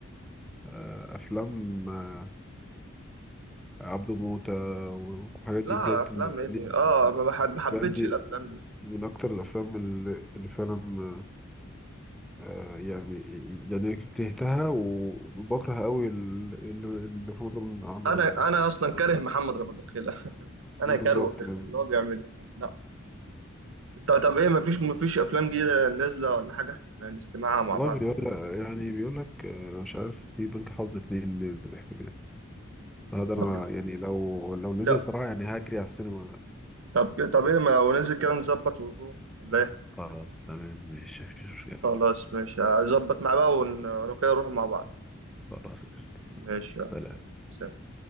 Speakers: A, in the centre; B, on the right (about 70°).
A: آه، افلام آه، عبده موتة والحاجات
B: لا
A: دي بجد
B: افلام
A: بالنسبة
B: ايه دي
A: لي
B: اه ما بحب- ما
A: بجد
B: حبيتش الافلام دي
A: دي من أكتر الأفلام اللي اللي فعلا آه، يعني يعني كرهتها وبكره قوي ال- اللي اللي محمد رمضان عمله
B: انا
A: ده والله
B: انا اصلا كاره محمد رمضان خيلة <laughs>
A: بالظبط
B: انا كارهه خيلة
A: يعني
B: من اللي هو بيعمله لا طب طب ايه ما فيش ما فيش افلام جديده نازله ولا حاجه نستمعها مع
A: والله
B: بعض
A: بيقول
B: ولا
A: لك
B: إيه؟
A: يعني بيقول لك آه، مش عارف في بنك حظ اتنين نزل احتمال فهذا أنا
B: طب
A: يعني لو لو نزل
B: لا
A: صراحة يعني هجري على السينما
B: طب طب ايه ما لو نازل كده نظبط ونروح ولا ايه
A: خلاص تمام ماشي مفيش مشكلة
B: خلاص ماشي هظبط مع بقى ون- ولو كده نروح مع بعض
A: خلاص قشطة
B: ماشي
A: سلام
B: يلا. سلام